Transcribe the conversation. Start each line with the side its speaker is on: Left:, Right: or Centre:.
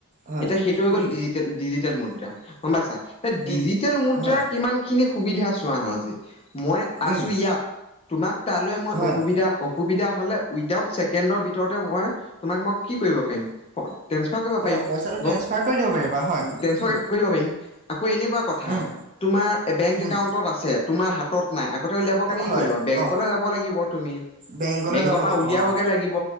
Right: হয়
Left: এতিয়া সেইটো হৈ গ'ল
Right: উম,
Left: ডিজি- টেল ডিজিটেল মুদ্ৰা গম পাইছা?
Right: উম,
Left: ডিজিটেল মুদ্ৰাৰ
Right: হয়
Left: কিমান খিনি সুবিধা চোৱা হাঁ আজি। মই আছো
Right: উম,
Left: ইয়াত তোমাক তালৈ মই
Right: হয়
Left: অসুবিধা- অসুবিধা হলে উইডাউট ছেকেণ্ডৰ ভিতৰতে মই তোমাক মই কি কৰিব- পাইম ট্ৰেনচপাৰ কৰিব পাৰিম
Right: অঁ পইচাটো ট্ৰেন্সফাৰ
Left: গম
Right: কৰি দিব পাৰিবা হয়
Left: ট্ৰেনসপাৰ
Right: উম,
Left: কৰি দিব পাৰিম আকৌ এনেকুৱা কথা
Right: উম,
Left: তোমাৰ বেংক
Right: উম,
Left: একাউণ্টত আছে তোমাৰ হাতত নাই কতে উলিয়াব কাৰণে
Right: হয়
Left: কি কৰিবি লাগিব বেংকলে
Right: অঁ
Left: যাব লাগিব তুমি
Right: বেংকলৈ
Left: বেংকৰ
Right: যাব
Left: পৰা
Right: লাগিব
Left: উলিয়াবগে
Right: অঁ
Left: লাগিব